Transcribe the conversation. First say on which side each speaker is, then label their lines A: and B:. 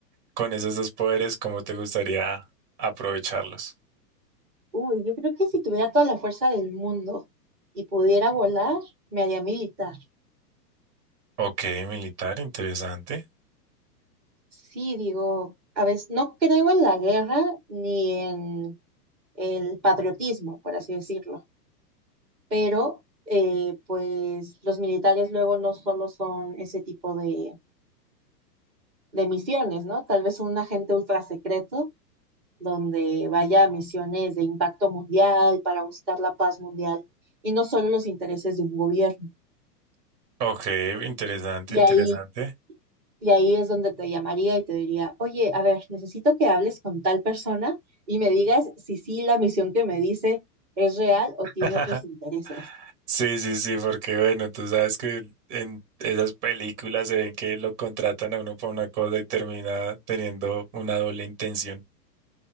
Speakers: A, on the right; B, in the centre.
A: con esos dos poderes, ¿cómo te gustaría aprovecharlos?
B: uy, yo creo que si tuviera toda la fuerza del mundo y pudiera volar, me haría militar.
A: Ok, militar, interesante.
B: Sí, digo, a veces no creo en la guerra ni en el patriotismo, por así decirlo. Pero eh, pues los militares luego no solo son ese tipo de, de misiones, ¿no? Tal vez un agente ultra secreto donde vaya a misiones de impacto mundial para buscar la paz mundial y no solo los intereses de un gobierno.
A: Ok, interesante,
B: Y
A: interesante.
B: ahí, y ahí es donde te llamaría y te diría, oye, a ver, necesito que hables con tal persona y me digas si sí la misión que me dice es real o
A: <laughs>
B: tiene otros intereses.
A: Sí, sí, sí, porque bueno, tú sabes que en esas películas se ven que lo contratan a uno para una cosa y termina teniendo una doble intención.